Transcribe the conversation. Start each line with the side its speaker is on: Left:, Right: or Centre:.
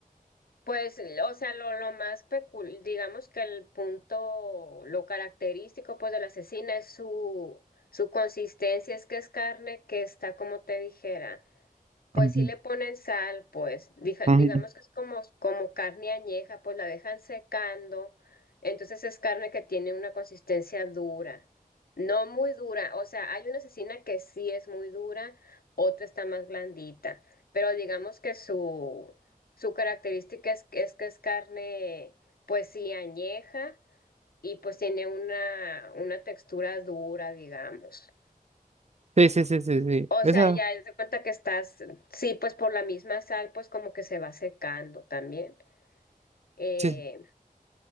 Left: Pues, o sea, lo, lo más pecul, digamos que el punto, lo característico pues de la cecina es su, su consistencia, es que es carne que está, como te dijera. Pues
Right: Ujú,
Left: sí le ponen sal, pues dija-
Right: ujú.
Left: digamos que es como, como carne añeja, pues la dejan secando, entonces es carne que tiene una consistencia dura, no muy dura, o sea, hay una cecina que sí es muy dura, otra está más blandita, pero digamos que su, su característica es, que- es que es carne, pues sí, añeja y pues tiene una, una textura dura, digamos.
Right: Sí, sí, sí, sí, sí.
Left: O
Right: Esa...
Left: sea, ya es de cuenta que estás, sí, pues por la misma sal, pues como que se va secando también. Eh,
Right: sí.